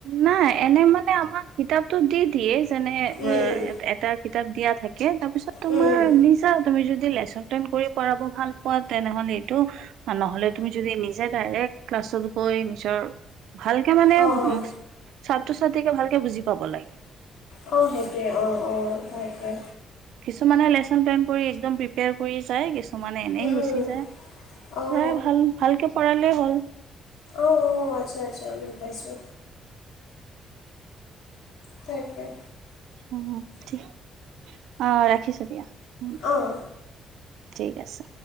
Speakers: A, on the right; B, on the left.
A: নাই এনে মানে আমাক কিতাপটো দি দিয়ে। যেনে
B: উম, উম,
A: এটা কিতাপ দিয়া থাকে তাৰ পিছত তোমাৰ
B: উম, উম,
A: নিজা তুমি যদি লেচন প্লেন কৰি কৰাব ভাল পোৱা তেনেহলে এইটো নহলে তুমি যদি নিজে ডাৰেক ক্লাছত গৈ নিজৰ ভালকে মানে
B: অঁ, অঁ,
A: ছাত্ৰ ছাত্ৰীকে ভালকে বুজি পাব লাগে।
B: অ সেইটোৱে অ অ তাকে।
A: কিছুমানে লেচন প্লেন কৰি এক্দম প্ৰিপেয়াৰ কৰি যায়‌ কিছু মানে এনেই
B: উম,
A: গুচি
B: উম।
A: যায়।
B: অঁ
A: পঢ়াই ভাল ভালকে পঢ়ালেই হ'ল।
B: অ অ আচ্ছা আচ্ছা বুজি পাইছো। তাকেই
A: উ ঠিক অ ৰাখিছো দিয়া। উম,
B: অহ।
A: ঠিক আছে।